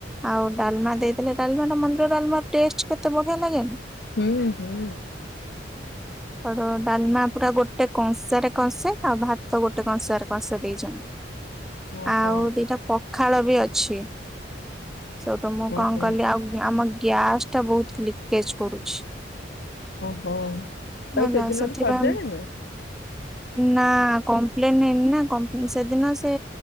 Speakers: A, in the centre; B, on the left.
A: ଆଉ ଡାଲମା ଦେଇଥିଲେ ଡାଲମା ଟା ମନ୍ଦିରର। ଡାଲମା ଷ୍ଟେଟ କେତେ ବଢିଆ ଲାଗେନି।
B: ହୁଁ ହୁଁ।
A: ଆର ଡାଲମା ପୁରା ଗୋଟେ କଂସରେ କଂସେ ଆଉ ଭାତ ଗୋଟେ କଂସରେ କଂସେ ଦେଇଛନ୍ତି।
B: ଓହୋ
A: ଆଉ ଦିଟା ପଖାଳ ବି ଅଛି। ସେଇଟୁ ମୁଁ
B: ଓହୋ
A: କଣ କଲି ଆଉ ଆମ ଗ୍ୟାସ ଟା ବହୁତ ଲିକେଜ କରୁଛି।
B: ଓହୋ ତାକୁ
A: ହେଲା
B: ସେଦିନରୁ
A: ସେଥିପାଇଁ
B: ସଜାଡିନୁ।
A: ନା କମ୍ପ୍ଲେନ ହେଇନି ନା ସେଦିନ ସେ